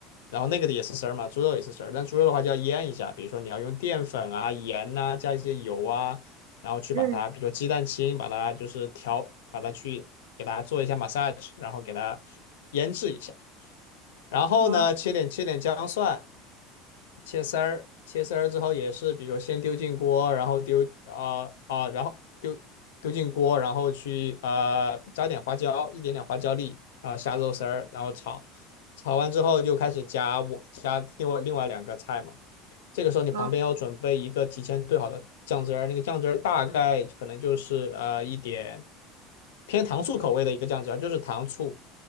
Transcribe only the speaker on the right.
嗯，
好
好，